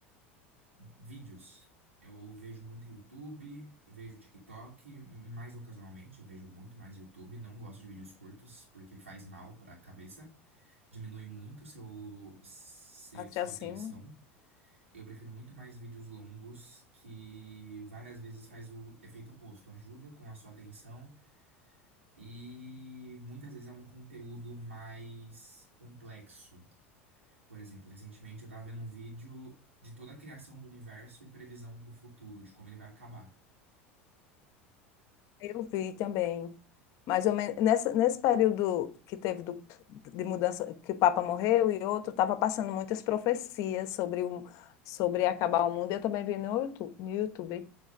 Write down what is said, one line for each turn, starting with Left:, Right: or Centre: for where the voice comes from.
Right: Vídeos. Eu vejo muito YouTube, vejo TikTok, mais ocasionalmente, eu vejo muito mais YouTube. Não gosto de vídeos curtos, porque faz mal para a cabeça, diminui muito seu, se-
Left: Até
Right: sua
Left: assim.
Right: atenção. Eu prefiro muito mais vídeos longos, que várias vezes faz o efeito oposto, ajuda com a sua atenção e muitas vezes é um conteúdo mais complexo. Por exemplo, recentemente eu tava vendo um vídeo de toda a criação do universo e previsão para o futuro, de como ele vai acabar.
Left: Eu vi também. Mais ou menos, nessa, nesse período que teve do, de mudança, que o Papa morreu e outro, estava passando muitas profecias sobre, o, sobre acabar o mundo. Eu também vi no YouTube. No YouTube.